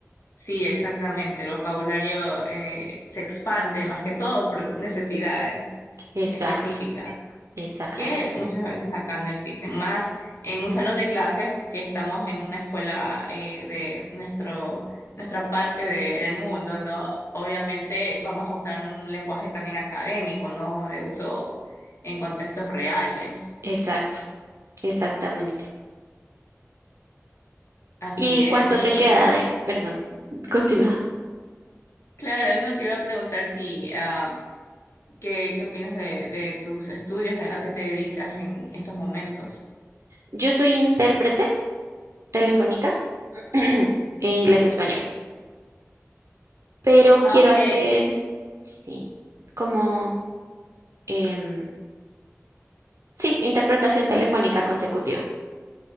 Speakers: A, on the left; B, on the right.
A: sí, exactamente. El vocabulario eh, se expande más que todo por necesidades
B: Exacto,
A: específicas.
B: exactamente,
A: que muchas veces acá no existen. Más en un salón de clases, si estamos en una escuela eh, de nuestro, nuestra parte de- del mundo, ¿no? Obviamente vamos a usar un lenguaje también académico, ¿no? De uso en contextos reales.
B: exacto, exactamente.
A: Así
B: ¿Y
A: es.
B: cuánto
A: Y
B: te queda de, perdón, <laughs> continúa.
A: claro, no te iba a preguntar si, ah, ¿qué, qué opinas de, de tus estudios? ¿A qué te dedicas en estos momentos?
B: Yo soy intérprete telefónica <clears throat> e inglés-español, pero
A: Ah,
B: quiero
A: ok.
B: hacer, sí, como, em, sí, interpretación telefónica consecutiva.